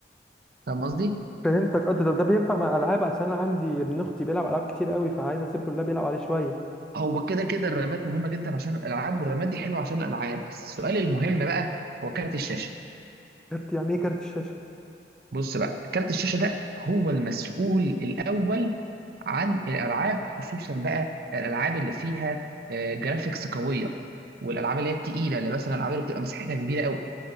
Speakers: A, on the right (about 55°); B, in the centre.
A: فاهم قصدي
B: فهمتك اه ده, ده ده بينفع مع الالعاب عشان انا عندي ابن اختي بيلعب العاب كتير قوي فعايز اسيب له اللاب يلعب عليه شويه
A: هو كده كده الرامات مهمه جدا عشان الالعاب والرامات دي حلوه عشان الالعاب بس السؤال المهم بقى هو كارت الشاشه
B: كارت يعني ايه كارت الشاشه
A: بص بقى كارت الشاشه ده هو المسؤول الاول عن الالعاب خصوصا بقى الالعاب اللي فيها آه، جرافيكس قويه والالعاب اللي هي التقيله اللي مثلا الالعاب اللي بتبقى مساحتها كبيره قوي